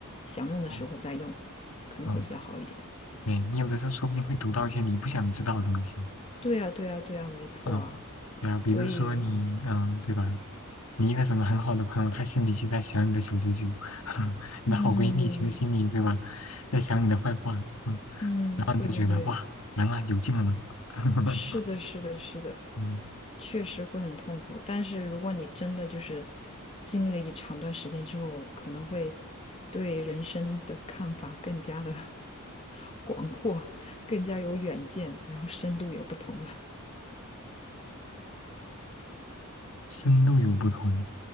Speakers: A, on the left; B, on the left.
A: 想用的时候再用，
B: 嗯
A: 可能会比较好一点。
B: 嗯，对，你有的时候说不定会读到一些你不想知道的东西。
A: 对呀，对呀，对呀，没错啊。
B: 嗯。对啊，
A: 所以，
B: 比如说你，嗯，对吧？你一个什么很好的朋友，他心里其实在想你的小九九，<laughs> 你的好闺蜜其实心里，
A: 嗯
B: 对吧，在想你的坏话，嗯，
A: 嗯，
B: 然后你就觉得哇，
A: 对对对，
B: 完了，有劲了呢，<laughs>
A: 是的，是的，是的，
B: 嗯，
A: 确实会很痛苦。但是如果你真的就是经历了一长段时间之后，可能会对人生的看法更加的 <laughs> 广阔，更加有远见，然后深度也不同了，
B: 深度有不同，